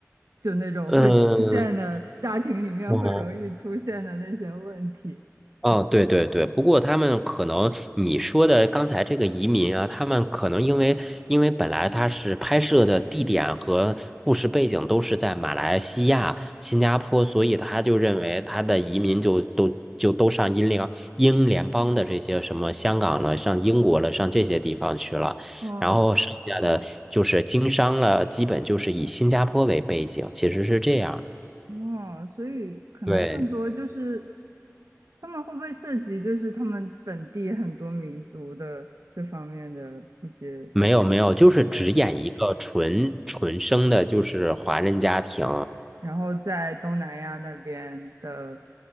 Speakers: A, on the right (about 80°); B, in the centre.
A: 就那种会出现的家庭里面会容易出现的那些问题，
B: 嗯，我哦，对对对，不过他们可能你说的刚才这个移民啊，他们可能因为因为本来他是拍摄的地点和故事背景都是在马来西亚、新加坡，所以他就认为他的移民就都就都上英联英联邦的这些什么香港了、上英国了、上这些地方去了，
A: 嗯。
B: 然后剩下的就是经商了，基本就是以新加坡为背景，其实是这样。
A: 哦，所以可能更多就是
B: 对。
A: 他们会不会涉及就是他们本地很多民族的这方面的一些
B: 没有没有，就是只演一个纯纯生的，
A: 没有。
B: 就是华人家庭。
A: 然后在东南亚那边的